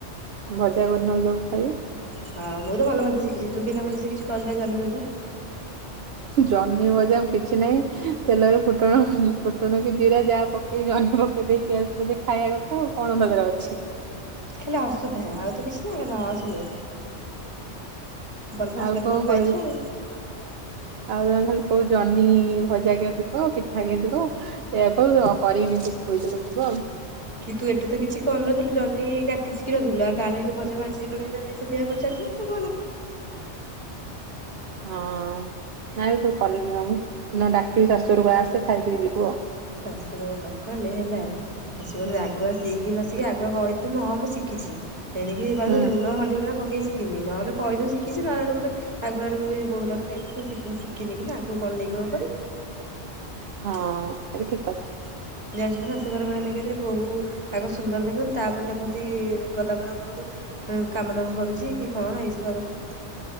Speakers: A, on the right (about 65°); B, on the right (about 25°).
A: ଭଜା କରି ନହେଲେ ଦବୁ ଖାଇବି।
B: ହଁ ମୁଁ ତ ଭଲ ଭଜା ଶିଖିଚି, ତୁ କେନ୍ତିଆ ଭଜା ଶିଖିୁଚୁ? କଲେ ଜହ୍ନି ଭଜା।
A: ଜହ୍ନି ଭଜା ଆଉ କିଛି ନାହିଁ ତେଲରେ ଫୁଟଣ ଫୁଟଣ କି ଜିରା ଯାହା ପକେଇକି ଜହ୍ନି ପକେଇ ଦେଇ ପିଆଜ ପକେଇ ଦେଇ ଖାଇଆ କଥା ଆଉ କଣ ତା ଧିରେ ଅଛି।
B: ଖାଲି ହସୁ ଥା ଆଉ ତ କିଛି ନହିଁ ଖାଲି ହସ୍ ଲୋ ଭଲ୍ ଶାଶୁ
A: ଆଉ
B: ଘର
A: କଣ
B: ତାଲେ
A: କହିବି
B: ପାଇଚୁ ଆଉ।
A: ଆଉ ତମେ ଖାଲି କୋଉ ଜହ୍ନିଇ ଭଜା କେନ୍ତି କଅ ପିଠା କେନ୍ତି କଅ ଏ ୟାକୁ କରିକି ମେଞ୍ଚେ ଖୋଇଦେଲେ ଯିବ ଆଉ।
B: କିନ୍ତୁ ଏଠିତ କିଛି କରିନଥିଲୁ ଜହ୍ନି। କିଛି ଟିକେ ଥିଲା କାଲିରେ ଭଜା ଭାଜି ଲୁଣି ନାଇ ସେ ସେଇୟା ପଚାରିଲଥିଲି ତ କଣ
A: ହଁ ନାଇଁ ସବୁ କଲିଣି ବା ମୁଁ ନା ଡାକିବି ଶାଶୁଘରକୁ ଆସେ। ଖାଇପିକି ଯିବୁ ଆଉ।
B: ଶାଶୁଘରେ ନ କଲେ ହେଲା ଶାଶୁଘରେ
A: ହୁଁ
B: ଆଗୁଆ ସିକିନ ଛି ଆଗୁଆ କହିଥିଲି ମୁଁ ହଁ ମୁଁ ଶିଖିଚି। ଏଣିକି କହିବୁ
A: ହୁଁ।
B: ଲୁଣ ହଳଦୀଗୁଣ୍ଡ ପକେଇ ସିଖିନି ନହେଲେ କହିଦେ ଶିଖିଚି ନହେଲେ ସେଠୁ କହିବେ ଆଗୁଆଡେକୁ ବି ବୋହୁ ମଟାକୁ ନେଇେ ସେ କିଛି ଶିଖିନି ନା ଆଗକୁ କଣ ନେଇକି କଣ କରିବୁ?
A: ହଁ ଏବେ ଠିକ। କଥା।
B: ଜାଣିଛୁ ତ ଶାଶୁଘର ମାନେଙ୍କରେ ବହୁ ଆଗ ସୁନ୍ଦର ଦେଖ ଖନ୍ତୁ ତାପରେ ଦେଖନ୍ତି ଗଲା ପରେ ଘରକୁ କାମଦାମ କରୁଚି କି କଣ ଏଇସବୁ ଆଗରୁ ଦେଖନ୍ତି।